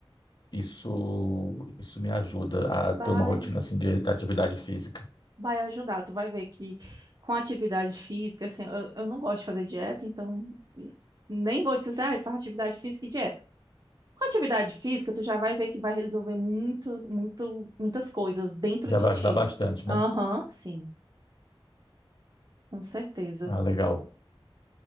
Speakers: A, on the left (about 50°); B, on the right (about 45°).
A: isso, isso me ajuda a ter
B: Vai,
A: uma rotina assim de, de atividade física.
B: vai ajudar. Tu vai ver que com atividade física, assim, eu, eu não gosto de fazer dieta, então. n- Nem vou dizer, ah, eu faço atividade física e dieta. Com atividade física, tu já vai ver que vai resolver muito, muito, muitas coisas dentro
A: Já
B: de
A: vai
B: ti.
A: ajudar bastante, né?
B: Aham, sim, com certeza.
A: Ah, legal.